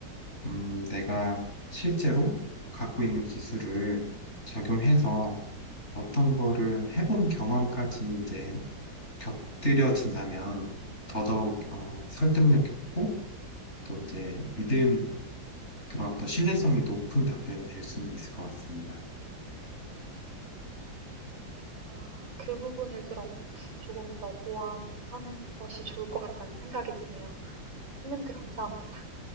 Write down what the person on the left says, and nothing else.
음, 내가 실제로 갖고 있는 기술을 적용해서
어떤 거를 해본 경험까지 이제 곁들여진다면 더더욱
어, 설득력 있고 또 이제 믿음 그런 어떤 신뢰성이 높은 답변이 될 수는 있을 것 같습니다.